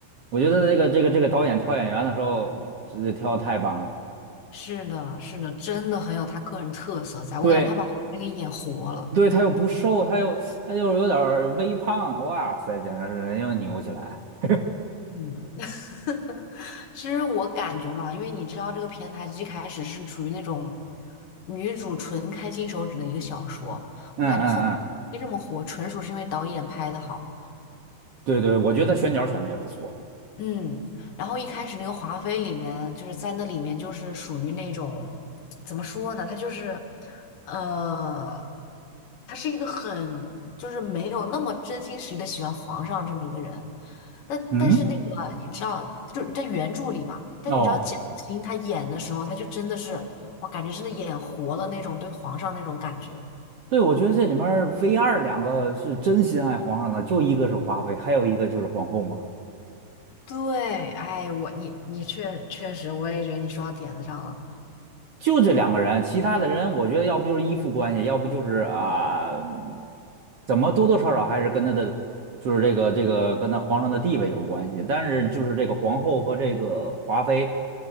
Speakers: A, on the right (about 50°); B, on the left (about 65°).
A: 我觉得这个这个这个导演挑演员的时候，这挑的太棒了。
B: 是的，是的，真的很有他个人特色在，我感觉他把黄梅给演活了。
A: 对对，他又不瘦，他又他又有点儿微胖，哇塞，简直是人又扭起来。<laughs>
B: 嗯，<laughs> 其实我感觉嘛，因为你知道这个片它一开始是处于那种女主纯开金手指的一个小说，
A: 嗯嗯嗯，
B: 我感觉后面没这么火，纯属是因为导演拍的好。
A: 对对，我觉得他选角选的也不错。
B: 嗯，然后一开始那个华妃里面，就是在那里面就是属于那种，怎么说呢？她就是，呃，她是一个很就是没有那么真心实意的喜欢皇上这么一个人。但但是那个你知道，
A: 嗯，
B: 就是在原著里嘛，但是你知道蒋欣她演的时候，
A: 哦。
B: 她就真的是，我感觉真的演活了那种对皇上那种感觉。
A: 对，我觉得这里面儿 v 二两个是真心爱皇上的，就一个是华妃，还有一个就是皇后嘛，
B: 对，哎，我你你确确实，我也觉得你说到点子上了。
A: 就这两个人，其他的人我觉得要不就是依附关系，要不就是啊，嗯怎么多多少少还是跟他的就是这个这个跟他皇上的地位有关系，但是就是这个皇后和这个华妃，